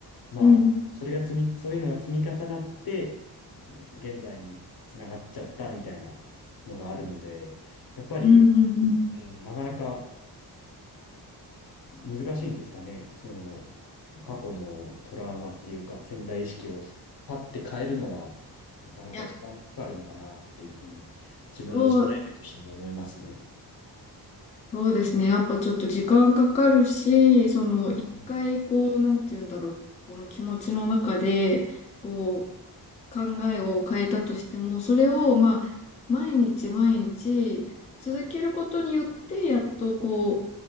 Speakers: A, on the left; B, on the left.
A: まあ、
B: うん、
A: それが積み、そういうのが積み重なって、現在につながっちゃったみたいなのがあるので、やっぱり、
B: うん、うん。うんい
A: うん、なかなか難しいんですかね。その、過去のトラウマっていうか、潜在意識をすパッて変えるのは、なかなか時間かかるのかなっていうふうに、
B: や、
A: 自分の実体験としても思いますね。
B: そう。そうですね。やっぱちょっと時間かかるし、その一回こう、
A: うん。
B: なんて言うんだろう、この気持ちの中で、こう、考えを変えたとしても、それをまあ、毎日毎日続けることによって、やっとこ